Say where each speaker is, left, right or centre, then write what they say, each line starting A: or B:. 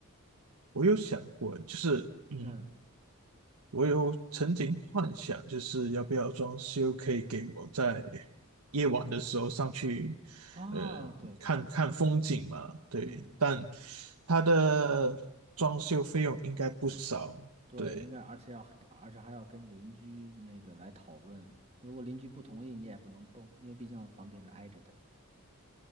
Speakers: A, on the right; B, on the right.
A: 我有想过，就是嗯，
B: 嗯
A: 我有曾经幻想，就是要不要装修，可以给我在夜晚的时候上去，
B: 啊，
A: 呃，
B: 对，
A: 看看风景嘛。对，
B: 嗯
A: 但它的装修费用应该不少。
B: 对，
A: 对，
B: 应该而且要而且还要跟邻居那个来讨论，如果邻居不同意，你也不能动，因为毕竟房顶是挨着的。